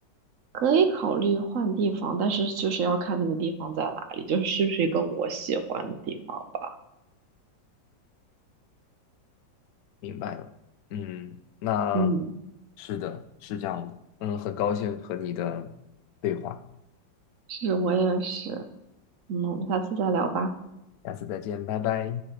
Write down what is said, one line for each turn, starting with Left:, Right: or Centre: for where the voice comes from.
Right: 可以考虑换地方，但是就是要看那个地方在哪里，就是是不是一个我喜欢的地方吧。
Left: 明白了。嗯，那
Right: 嗯，
Left: 是的，是这样的。嗯，很高兴和你的对话，
Right: 是我也是。嗯，我们下次再聊吧。
Left: 下次再见，拜拜。